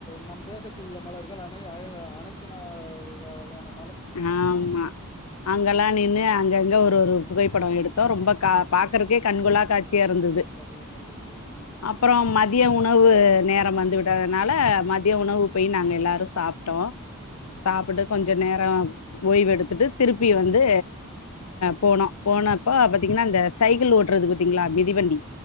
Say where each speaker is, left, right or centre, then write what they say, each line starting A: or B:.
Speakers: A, on the left; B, on the left.
A: நம் தேசத்தில் உள்ள மலர்கள் அயல் அனைத்து வகானன
B: உம் <unintelligible> அங்கெல்லாம் நின்னு அங்க எங்க ஒரு ஒரு புகைப்படம் எடுத்தோம் ரொம்ப பாக்கறக்கே கண்கொள்ளா காட் சேர்ந்தது
A: நல்லது நல்லது ம்
B: அப்புறம் மதிய உணவு வு நேரம் வந்து விட்டதுனால மதியம் உணவு போய் நாங்க எல்லாரும் சாப்பிட்டோம்
A: ம்
B: சாப்பிட்டு கொஞ்ச என்ன எ ஓய்வு எடுத்துட்டு திருப்பி வந்து போனோம் போனப்போ பார்த்தீங்கன்னா இந்தந்த சைக்கிள் ஓட்டுறது பார்த்தீங்களா மிதிவண்டி